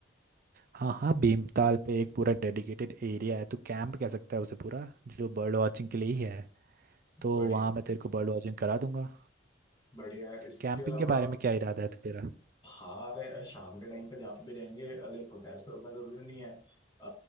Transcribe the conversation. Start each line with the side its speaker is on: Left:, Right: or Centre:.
Right: हाँ हाँ भीमताल पे एक पूरा डेडिकेटेड एरिया है तो कैंप कह सकता है उसे पूरा जो बर्ड वॉचिंग के लिए ही है तो
Left: बढ़िया
Right: वहाँ मैं तेरे को बर्ड वॉचिंग करा दूंगा
Left: बढ़िया इसके
Right: कैंपिंग
Left: अलावा
Right: के बारे में क्या इरादा है तेरा
Left: हाँ रे शाम के टाइम पे जहाँ पे भी जाएंगे लाइक होटल्स पर रुकना जरूरी नहीं है अ,